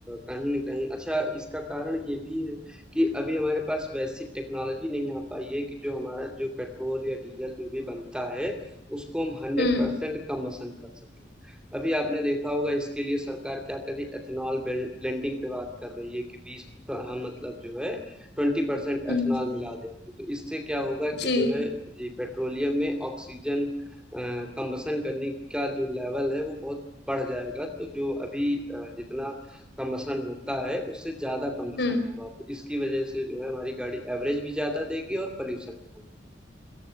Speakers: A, in the centre; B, on the left.
A: कहीं न कहीं अच्छा इसका कारण ये भी है कि अभी हमारे पास वैसी टेक्नोलॉजी नहीं आ पाई है कि जो हमारा जो पेट्रोल या डीज़ल जो भी बनता है, उसको हम 100%
B: हम्म
A: कम वसन कर सकें। अभी आपने देखा होगा इसके लिए सरकार क्या कर रही है एथेनॉल ब्लें ब्लेंडिंग पे बात कर रही है कि 20 प हम मतलब जो है 20%
B: हम्म
A: एथेनॉल मिला देंगे। तो इससे क्या होगा
B: जी
A: कि जो है जी, पेट्रोलियम में ऑक्सीजन अ, कम्बसन करने का जो लेवल है वो बहुत बढ़ जाएगा, तो जो अभी अ, जितना कम्बसन होता है उससे ज़्यादा कम्बसन
B: हम्म।
A: होगा। तो इसकी वज़ह से जो है हमारी गाड़ी एवरेज भी ज़्यादा देगी और पॉल्यूशन भी कम करेगी।